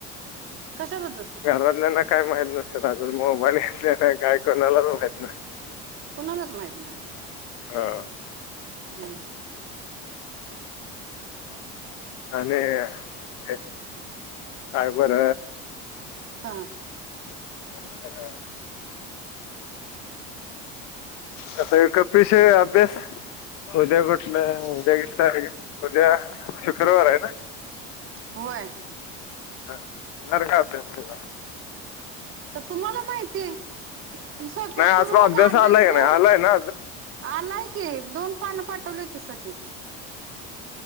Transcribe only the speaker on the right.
कशाबद्दल
कुणालाच माहित नाही.
हम्म
हां
होय
तर तुम्हाला माहितीये स्वयंपाक
करू का अभ्यास
घेऊ.
आलाय की दोन पानं पाठवलेत स <unintelligible> की